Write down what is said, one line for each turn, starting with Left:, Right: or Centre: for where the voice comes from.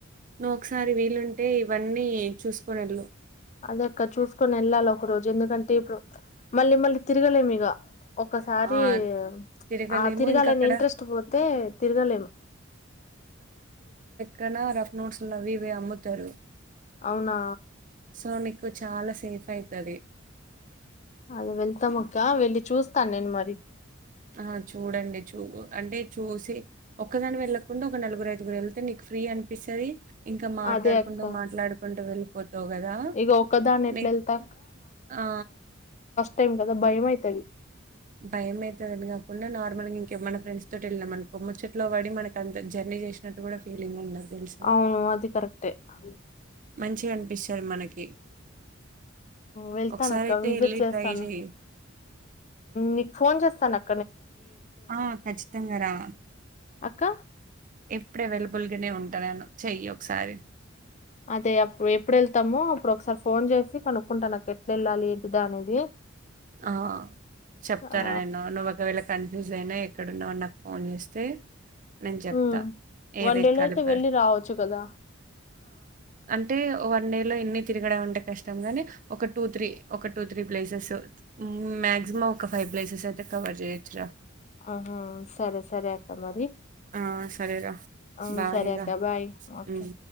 Right: నువ్ ఒకసారి వీలుంటే వన్నీ చూసుకుని వెళ్ళు
Left: అదేక్క చూసుకొని వెళ్ళాలి ఒక రోజు ఎందుకంటే ఇప్పుడు ప్చ్ మళ్ళీ మళ్ళీ తిరగలేము ఇగ ఒక్కసారి
Right: ఆ
Left: ప్చ్
Right: తిరగలేము
Left: ఆ తిరగాలని
Right: ఇంకా అక్కడ
Left: ఇంట్రెస్ట్ పోతే తిరగలేం
Right: కనా రఫ్ నోట్సులు అవి ఇవి అమ్ముతరు
Left: అవునా
Right: సో నీకు చాలా సేఫ్ అయితది
Left: అది వెళ్తాం అక్క వెళ్ళి చూస్తాను నేను మరి
Right: ఆ చూడండి చూ అంటే చూసి ఒక్కదాన్ని వెళ్ళకుండా నలుగురు ఐదుగురు వెళ్తే నీకు ఫ్రీ అని అనిపిస్తాది ఇంకా మాట్లాడుకుంటూ
Left: అదే అక్క
Right: మాట్లాడుకుంటూ వెళ్ళిపోతావు్ కదా
Left: ఇక ఒక్కదాన్ని ఎట్లా
Right: నెక్ట్
Left: వెళ్తా
Right: ఆ
Left: టైమ్ కదా భయంమ అవుత అది
Right: భయం అవుతుందని కాకుండా నార్మల్ గా ఇంక మన ఫ్రెండ్ తో వెళ్ళినం అనుకో ముచ్చట్లో పడి మన అంత జర్నీ చేసినట్టు కూడా ఫీలింగ్ ఉండదు తెలుసా
Left: అవును అది కరెక్టఏ అ
Right: మంచి అనిపిస్తారు మనకి
Left: వెళ్తాన
Right: ఒకసారి
Left: అక్క
Right: అయితే
Left: విజిట్
Right: వెళ్ళి
Left: చేస్తాను
Right: ట్రై చెయి
Left: నీకు ఫోన్ చేస్తాను అ
Right: ఆ ఖచ్చితంగా రా
Left: అక్క
Right: ఎప్పుడు అవైలబుల్గానే ఉంటాన్నాను చెయ్యి ఒకసారి
Left: అదే అప్పు ఎప్పుడు వెళ్తాముో అప్పుడు ఒకసారి ఫోన్ చేసి కనుక్కుంటాను నాకు ఎట్లా వెళ్ళాలి ఏంటిదా అనేది
Right: ఆ చెప్తారా
Left: ఆ
Right: నేన్న నువ్వు ఒకవేళ కంట జైనా ఎక్కడున్నా నాకు ఫోన్ చేస్తే నేను చెప్తా
Left: హ్మ్
Right: ఏది
Left: వన్ డే
Right: ఎక్కాలి
Left: లో అయితే
Right: బస్
Left: వెళ్ళి రావచ్చు కదా
Right: అంటే వన్ డే లో ఎన్ని తిరగడం అంటే కష్టం ని ఒక టూ త్రీ ఒక టూ త్రీ ప్లేసెస్ మా్యాక్సిమం ఒక ఫైవ్ ప్లేసెస్ అయితే కవర్ చేయొచ్చురా
Left: ఆహా సరే సర సరేక మరి
Right: ఆ సరేరా
Left: అవు
Right: బాయ్
Left: సరే
Right: ఇగ
Left: అక్క బాయ్ ఓకే
Right: ఉమ్